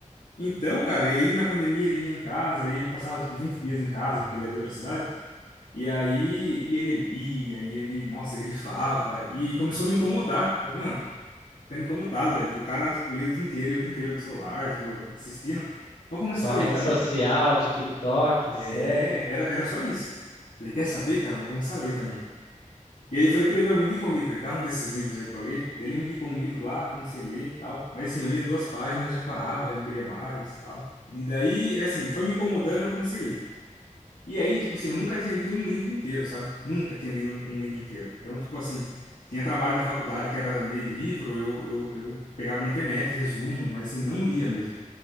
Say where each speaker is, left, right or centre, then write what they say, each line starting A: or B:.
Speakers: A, on the left (about 80°); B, on the left (about 60°).
A: Então, cara, e aí na pandemia ele vinha em casa, aí ele passava tipo 20 dias em casa, porque ele é de outra cidade. E aí e ele lia, e ele, nossa, grifava, e começou a me incomodar. Falei, mano, ficando incomodado, né? Porque o cara, tipo, lê o dia inteiro, e o dia inteiro no celular, tô assistindo. Vou começar
B: Só
A: a
B: rede
A: ler também.
B: social, TikTok,
A: É,
B: sério.
A: era, era só isso. Falei, quer saber, cara? Eu Vou começar a ler também. E aí eu falei pra ele, eu me indica um livro aí, dá um desses livros aí pra eu ler. Daí ele me indicou um livro lá, comecei a ler e tal. Mas assim, eu lia duas páginas, já parava, já não queria mais e tal. E daí, é assim, foi me incomodando, eu comecei a ler. E aí, tipo assim, eu nunca tinha lido um livro inteiro, sabe? Nunca tinha lido um um livro inteiro. Então, tipo assim, tinha trabalho da faculdade que era ler livro, eu, eu, eu pegava na internet, resumo, mas assim, não lia mesmo.